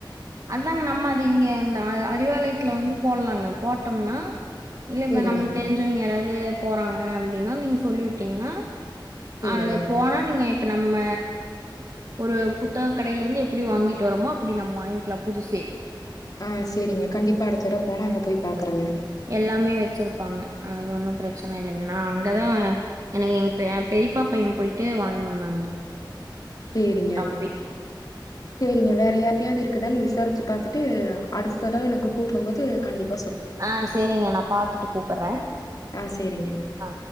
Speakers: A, on the right (about 45°); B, on the left (about 50°).
A: அதாங்க நம்ம அது இங்க அந்த அ அறிவாலயத்துல வந்து போட்லாங்க போட்டோம்னா இல்ல இப்ப
B: சேரிங்க
A: நம்முழுக் தெரிஞ்சவங்க யாராவது போறாங்க அப்டினா நீங்க சொல்லி வுட்டீங்னா
B: சேரிங்க
A: அட போனா நீங்க இப்ப நம்ம ஒரு புத்தக கடேல இருந்து எப்டி வாங்கிட்டு வரமோ அப்டி நம்ம வாங்கி ல்லா புதுசே
B: ஆ சேரிங்க கண்டிப்பா அடுத்த தடவ போனா அங்க போய் பாக்குறங்க
A: எல்லாமே வச்சிருப்பாங்க அது ஒன்னு பிரச்சன இல்லங்க நா அங்கதா எனக்கு எங் பெ பெரியப்பா பையன் போயிட்டு வாங்கினு வந்தாங்க
B: சேரிங்க
A: தம்பி. <inaudible>
B: சேரிங்க வேற யாரிட்டயாவது இருக்குதானு விசாரிச்சி பாத்துட்டு அடுத்த தடவ எனக்கு கூப்டு போது கண்டிப்
A: ஆ சேரிங்க நா பாத்துட்டு கூப்புர
B: ஆ சேரிங்க
A: ஆ